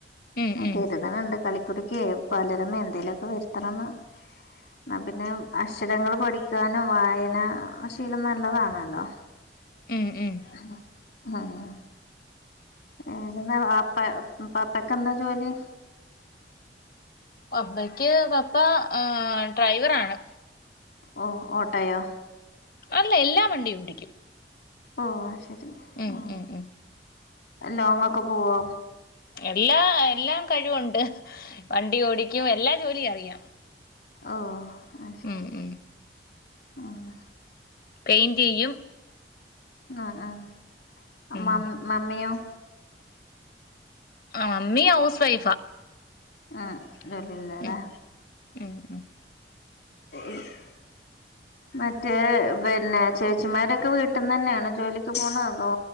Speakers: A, on the left (about 55°); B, on the left (about 70°).
A: ഉം ഉം
B: കരുതിനിണ്ട് കളി ക്കെ ബാലരമേ എന്തേലൊക്കെ വരുത്തണംന്ന് എന്നാ പിന്നെ അക്ഷരങ്ങൾ പഠിക്കാനും വായന ആഹ് ശീലം നല്ലതാണല്ലോ?
A: ഉം ഉം
B: ആഹ് <unintelligible> ഏതെന്നാപ്പ പപ്പക്ക്എന്താ ജോലി?
A: പപ്പയ്ക്ക് പപ്പ ഡ്രൈവറാണ്
B: ഓഹ് ഓട്ടയോ?
A: അല്ല എല്ലാ വണ്ടിയും ഓടിക്കും
B: ഓഹ് അത്ശരി
A: ഉം
B: ഓഹ്
A: ഉം ഉം
B: ലോങ്ങൊക്കെ പോവോ?
A: എല്ലാ എല്ലാം കഴിവുണ്ട് വണ്ടി ഓടിക്കും എല്ലാ ജോലി അറിയാം
B: ഓഹ് അത് ശരി
A: ഉം ഉം
B: ആഹ്
A: പെയിൻറ് ചെയ്യും
B: ആഹ് ആഹ്
A: ഉം
B: മമ്മിയോ?
A: മമ്മി ഹൗസ് വൈഫാ
B: ആഹ് ജോലില്ലല്ലേ
A: ഉം ഉം ഉം
B: <unintelligible> മറ്റേ പിന്നെ ചേച്ചിമാരൊക്കെ വീട്ടിന്ന് തന്നെയാണോ ജോലിക്ക് പോണ അതോ?